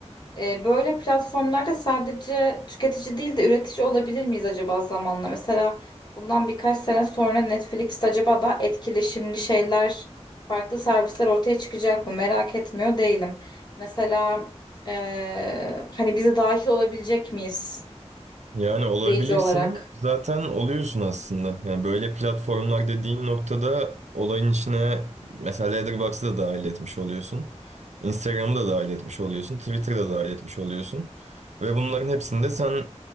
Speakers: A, on the left (about 40°); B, on the right (about 80°).
A: e, böyle platformlarda sadece tüketici değil de üretici olabilir miyiz acaba zamanla? Mesela bundan birkaç sene sonra Netflix'te acaba daha etkileşimli şeyler, farklı servisler ortaya çıkacak mı? Merak etmiyor değilim. Mesela e, hani bize dahil olabilecek miyiz
B: Yani olabilirsin.
A: izleyici olarak?
B: Zaten oluyorsun aslında. Yani böyle platformlar dediğin noktada olayın içine mesela Letterboxd'ı da dahil etmiş oluyorsun. Instagram'ı da dahil etmiş oluyorsun. Twitter'ı da dahil etmiş oluyorsun. Ve bunların hepsinde sen